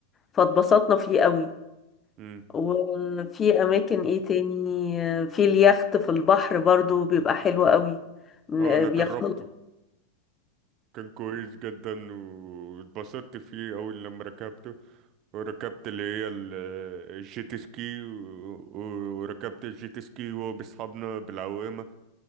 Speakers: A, on the left; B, on the right.
A: فاتبسطنا فيه قوي
B: امم
A: وفي أماكن إيه تاني آه، في اليخت في البحر برضو بيبقى حلو قوي بن-
B: اه انا
A: بياخدوا
B: جربته كان كويس جدا واتبسطت فيه اول لما ركبته وركبت اللي هي ال- الجيت سكي و- و- وركبت الجيت سكي وهو بأصحابنا بالعوامة